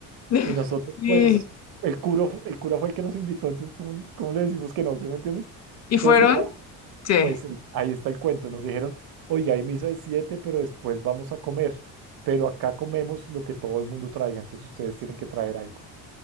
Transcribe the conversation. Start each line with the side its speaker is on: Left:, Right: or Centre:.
Left: <laughs>
Right: y nosotros,
Left: ¿Y,
Right: pues, el cura, fu- el cura fue el que nos invitó, entonces, ¿cómo, cómo le decimos que no? ¿Sí me entiendes?
Left: y
Right: Entonces,
Left: fueron?
Right: igual,
Left: Sí.
Right: pues eh, ahí está el cuento. Nos dijeron, oiga, hay misa de siete, pero después vamos a comer, pero acá comemos lo que todo el mundo traiga, entonces ustedes tienen que traer algo.